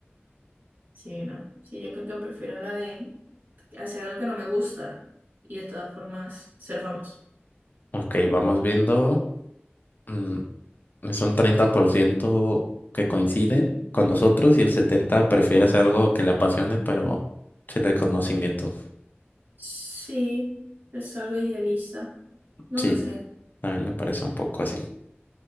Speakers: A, on the right; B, on the left.
A: Sí, no. Sí, yo creo que prefiero la de hacer algo que no me gusta y de todas formas ser famoso.
B: Ok, vamos viendo. mm, es un 30% que coinciden con nosotros y el 70% prefiere hacer algo que le apasione, pero sin reconocimiento.
A: Sí, es algo idealista. No
B: Sí,
A: lo sé.
B: también me parece un poco así.